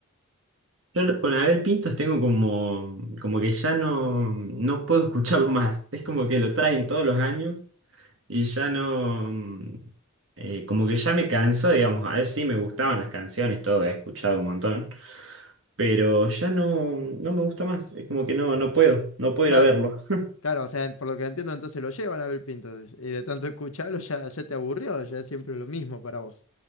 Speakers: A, on the right (about 60°); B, on the left (about 70°).
A: Yo con Abel Pintos tengo como, como que ya no, no puedo escucharlo <laughs> más. Es como que lo traen todos los años y ya no, mm, eh, como que ya me cansó, digamos. A ver si me gustaban las canciones, todo, he escuchado un montón, pero ya no, no me gusta más. Es como que no, no puedo, no puedo ir
B: Claro,
A: a verlo. <laughs>
B: claro, o sea, por lo que entiendo, entonces lo llevan a Abel Pintos. Y de tanto escucharlo ya, ya te aburrió, ya es siempre lo mismo para vos.